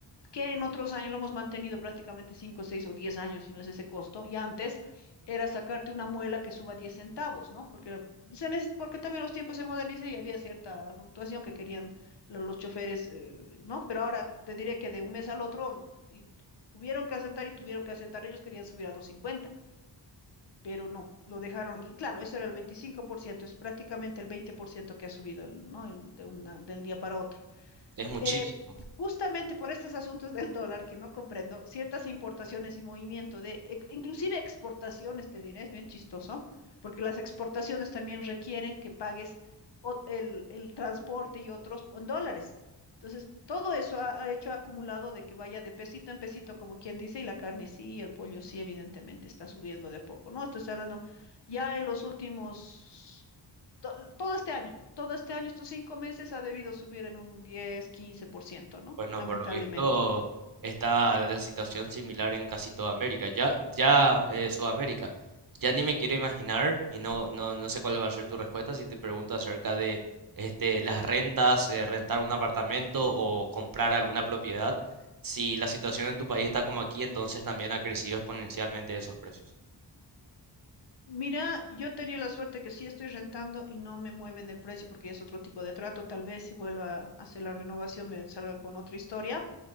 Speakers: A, on the left (about 70°); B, on the right (about 50°).
A: que en otros años lo hemos mantenido prácticamente cinco 6 o 10 años, si no es ese costo, y antes era sacarte una muela que suba 10 centavos, ¿no? Porque, era- se neces- porque también los tiempos se modernizan y había cierta fluctuación que querían lo- los choferes, eh, ¿no? Pero ahora te diré que de un mes al otro y tu- tuvieron que aceptar y tuvieron que aceptar, ellos querían subir a dos cincuenta pero no, lo dejaron, y claro, eso era el veinticinco por ciento es prácticamente el 20% que ha subido el, ¿no? El, de una, del día para otro
B: Es muchísimo.
A: eh, justamente por estos asuntos del dólar que no comprendo, ciertas importaciones y movimiento de, e- inclusive exportaciones, te diré, es bien chistoso, porque las exportaciones también requieren que pagues o- el, el transporte y otros en dólares. Entonces, todo eso ha, ha hecho acumulado de que vaya de pesito en pesito, como quien dice, y la carne sí, y el pollo sí, evidentemente está subiendo de a poco, ¿no? Estoy hablando ya en los últimos to- todo este año, todo este año, estos cinco meses ha debido subir en un 10, 15%, ¿no?
B: Bueno,
A: Lamentablemente.
B: por lo visto está la situación similar en casi toda América. Ya, ya eh, Sudamérica. Ya ni me quiero imaginar, y no, no, no sé cuál va a ser tu respuesta si te pregunto acerca de este, las rentas, eh, rentar un apartamento o comprar alguna propiedad. Si la situación en tu país está como aquí, entonces también ha crecido exponencialmente esos precios.
A: Mira, yo tenía la suerte que sí estoy rentando y no me mueven el precio porque ya es otro tipo de trato. Tal vez si vuelva a hacer la renovación me salga con otra historia.